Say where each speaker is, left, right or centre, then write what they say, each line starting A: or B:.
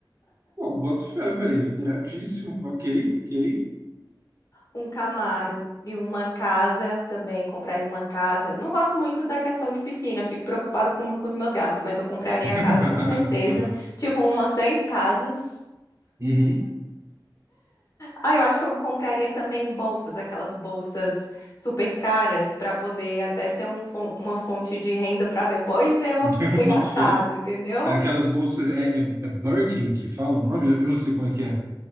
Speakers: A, on the right; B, on the left.
A: Pô, boto fé, velho. Iradíssimo. Ok, ok.
B: um Camaro e uma casa também, compraria uma casa. Não gosto muito da questão de piscina, fico preocupada com, com os meus gatos, mas eu compraria
A: <laughs>
B: a casa com certeza.
A: Só.
B: Tipo, umas três casas.
A: Uhum.
B: Ah, eu acho que eu compraria também bolsas, aquelas bolsas super caras, para poder até ser um fon- uma fonte de renda para depois de eu
A: <laughs>
B: ter
A: Boto
B: gastado,
A: fé.
B: entendeu?
A: Aquelas bolsas. É, é, é Birkin que fala o nome? Eu, eu não sei como é que é.